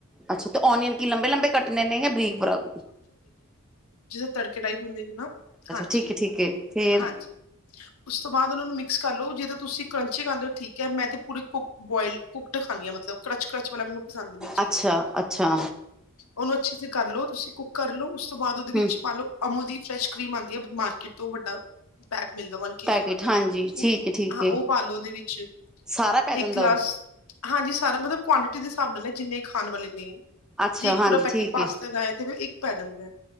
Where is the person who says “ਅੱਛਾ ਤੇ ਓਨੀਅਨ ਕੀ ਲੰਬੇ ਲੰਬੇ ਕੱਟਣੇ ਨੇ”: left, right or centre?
Centre